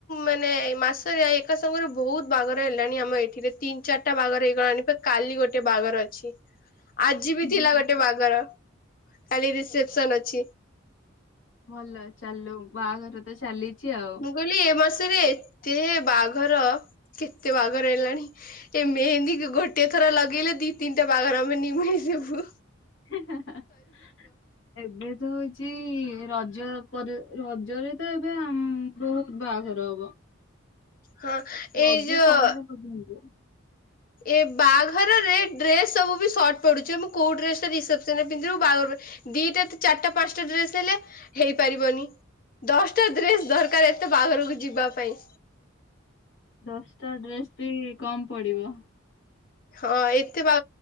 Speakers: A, on the left; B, on the left.
A: ମାନେ ମାସରେ ଏକା ସାଙ୍ଗରେ ବହୁତ ବାହାଘର ହେଲାଣି ଆମ ଏଠିରେ ତିନି ଚାଟା ବାହାଘର ହେଇଗଲାଣି ଫେର୍ କାଲି ଗୋଟେ ବାହାଘର ଅଛି।
B: <inaudible>
A: ଆଜି ବି
B: ହୁଁ
A: ଥିଲା ଗୋଟେ ବାଘର କାଲି ରିସେପ୍ସନ ଅଛି।
B: ଭଲ ଚାଲୁ ବାହାଘର ତ ଚାଲିଚି ଆଉ।
A: ମୁଁ କହିଲି ଏ ମାସରେ ଏତେ ବାହାଘର କେତେ ବାହାଘର ହେଲାଣି। ଏ ମେହେନ୍ଦୀ ଗ-ଗୋଟିଏ ଥର ଲଗେଇଲେ ଦି ତିନିଟା ବାହାଘର ଆମେ ନିଭେଇ ଦେବୁ।
B: ହ ହ ହ ହ। ଏବେ ତ ହଉଛି ରଜ ପରେ ରଜରେ ତ ଏବେ ଆମ୍ ବହୁତ ବାହାଘର ହବ।
A: ହଁ।
B: ରଜ
A: ଏଇ ଯୋଉ
B: ସଇଲା ପର୍ଯ୍ୟନ୍ତ।
A: ଏ ବାଆଘରରେ ଡ୍ରେସ୍ ସବୁ ବି ସର୍ଟ ପଡ଼ୁଛି, ଏ ମୁଁ କୋଉ ଡ୍ରେସଟା ରିସେପ୍ସନ୍ ରେ ପିନ୍ଧିବି, ବାହାଘରରେ ଦିଟା କି ଚାଟା ପାନ୍ସଟା ଡ୍ରେସ୍ ହେଲେ ହେଇପାରିବନି। ଦଶଟା ଡ୍ରେସ୍ ଦରକାର ଏତେ ବାହାଘରକୁ ଯିବା ପାଇଁ।
B: ଦଶଟା ଡ୍ରେସ୍ ବି କମ୍ ପଡିବ।
A: ହଁ ଏତେ ବା